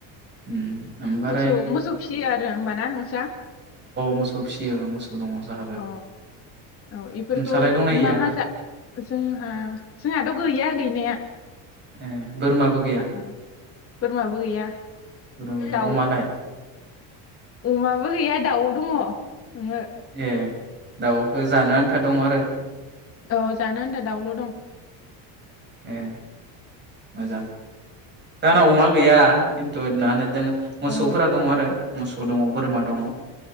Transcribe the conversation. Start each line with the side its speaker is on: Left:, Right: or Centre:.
Right: उम ओमफ्राय
Left: मोसौ मोसौ फिसियो आरो होमबाना नोंस्रा?
Right: मोसौ सौ फियो औ मोसौ दङ जोंहाबो
Left: अ औ इफोरखौ
Right: नोंसालाय दंना गैया
Left: मा मा जा जोंहा जोंहाथ' गैया गैनाया
Right: ए बोरमाबो गैया
Left: औ बोरमाबो गैया
Right: बोरमा गैया
Left: दाउ
Right: अमालाय
Left: अमाबो गैया दाउ दङ ओंहो
Right: ए दाउखौ जानो आन्था दङ आरो
Left: औ जानो आनथा दाउल' दं
Right: ए मोजां जाहाना अमा गैया खिन्थु ना दों । जों मोसौफोरा
Left: औ
Right: दङ आरो । मोसौ दङ बोरमा दङ